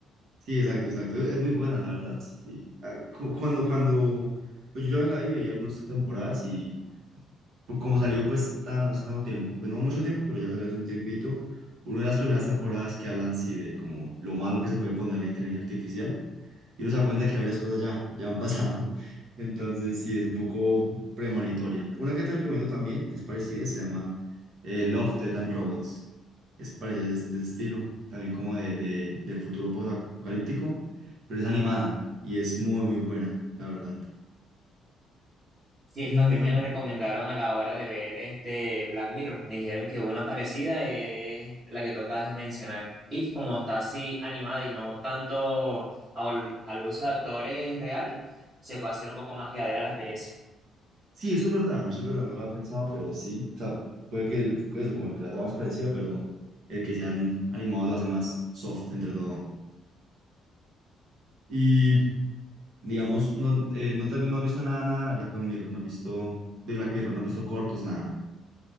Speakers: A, on the right; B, on the right.
A: sí, exacto, exacto. Es, es muy buena, la verdad. Sí. Ah, cu- Cuando, cuando, pues yo ya me la vi, me vi algunas temporadas y pues como salió pues tan, hace tanto tiempo, pues no mucho tiempo, pero ya salió hace un tiempito, una de las primeras temporadas que hablan sí de como lo malo que se puede poner la inteligencia artificial y uno se da cuenta que varias cosas ya, ya han pasado, <laughs> entonces sí es un poco premonitoria. Una que te recomiendo también, que es parecida, se llama eh, Love, Death and Robots, es parecida de este estilo, también como de, de- del futuro post-apocalíptico, pero es animada y es muy muy buena, la verdad.
B: Sí, eso
A: Mm,
B: también me la recomendaron a la hora de ver este Black Mirror. Me dijeron que una parecida es la que tú acabas de mencionar. Y que como está así animada y no tanto al, al uso de actores reales, se puede hacer un poco más llevadera la experiencia.
A: Sí, eso es verdad, eso es verdad, no lo había pensado, pero sí. O sea, puede que el- eso, como que la trama es parecida, pero el que sean animados lo hace más soft entre todo. Y, digamos, no, eh, no, te- no has visto nada, nada de Black Mirror, no has visto de Black Mirror, no has visto cortos, nada.